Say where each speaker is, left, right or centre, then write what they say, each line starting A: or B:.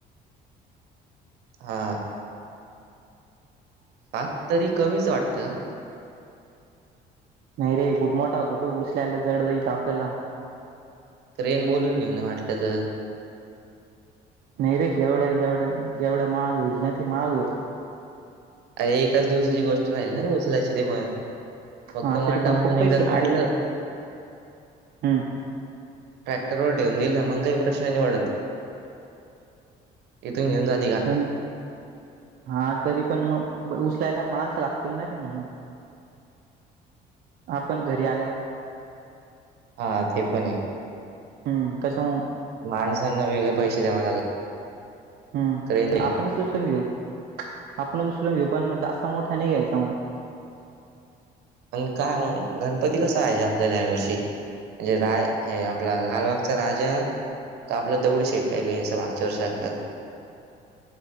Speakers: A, on the right; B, on the right.
A: हा. सात तरी कमीच वाटतं का?
B: नाही रे खूप मोठा होता तो उसलायला जड जाईल आपल्याला.
A: तर येण बोलून घेन वाटलं तर
B: नाही रे एवढा -एवढा -एवढा महाग होईल ना महाग होईल.
A: अर एकाच दिवसाची गोष्ट राहील ना रे उचलायची ते पण फक्त
B: हा
A: मंडामधून
B: तरी पण खूप
A: एकदा
B: पैसे
A: काढलं
B: अरे हम्म
A: ट्रॅक्टर वर ठेऊन दिल. मग काही प्रश्न नि वाढत इथून घेऊन जात
B: पण हा तरी पण मग उचलायला माणसं लागतील ना रे म्हणून आपण घरी आल्यावर
A: हा ते पणेय.
B: ह त्याच्यामुळ
A: माझ्या संग वेगळे पैशे द्याव लागत
B: हम्
A: क्रेन आहे.
B: आपणच उचलून घेऊ. आपणच उचलून घेऊ. पण जास्त मोठा नाही घ्यायचा मग
A: आणि काय मग गणपती कसा आहे हि आपल्याला यावर्षी म्हणजे राय हे आपला लालबागचा राजा का आपलं दगडू शेेट घ्यायचं मागच्या वर्षा सारख